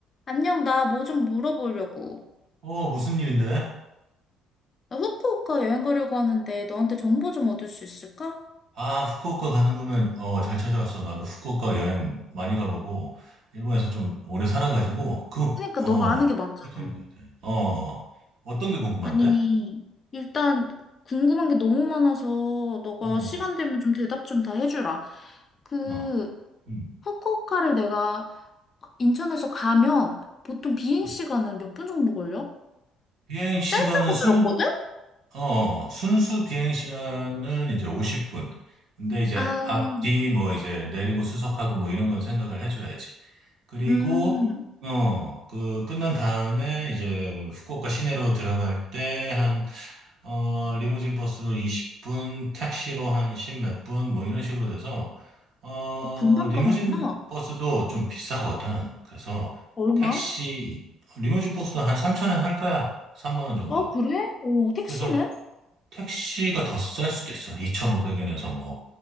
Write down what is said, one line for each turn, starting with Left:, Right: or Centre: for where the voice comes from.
Left: 안녕, 나 뭐 좀 물어보려고.
Right: 어, 무슨 일인데?
Left: 나 후쿠오카 여행 가려고 하는데 너한테 정보 좀 얻을 수 있을까?
Right: 아, 후쿠오카 가는 거면, 어, 잘 찾아왔어. 나도 후쿠오카 여행 많이 가보고, 일본에서 좀 오래 살아가지고, 그,
Left: 그러니까
Right: 어,
Left: 너가 아는 게 많잖아.
Right: 괜찮을 것 같아. 어, 어떤 게 궁금한데?
Left: 아니, 일단 궁금한 게 너무 많아서 너가
Right: 어, 어,
Left: 시간 되면 좀 대답 좀 다 해주라. 그
Right: 어. 음.
Left: 후쿠오카를 내가 인천에서 가면 보통 비행
Right: 음.
Left: 시간은 몇 분 정도 걸려?
Right: 비행 시간은
Left: 짧다고
Right: 순,
Left: 들었거든?
Right: 어, 어, 순수 비행 시간은 이제 50분. 근데 이제
Left: 아,
Right: 앞뒤 뭐 이제 내리고 수속하고 뭐 이런 건 생각을 해줘야지. 그리고
Left: 음,
Right: 어, 그 끝난 다음에 이제 후쿠오카 시내로 들어갈 때 한 어, 리무진 버스로 20분, 택시로 한 10 몇 분 뭐 이런 식으로 돼서 어,
Left: 어, 금방
Right: 리무진
Left: 가는구나.
Right: 버스도 좀 비싸거든. 그래서
Left: 얼마?
Right: 택시 리무진 버스도 한 3천엔 할 거야. 3만 원 정도.
Left: 아, 그래? 어, 택시는?
Right: 그래서 택시가 더 쌀 수도 있어. 2,500엔에서 뭐,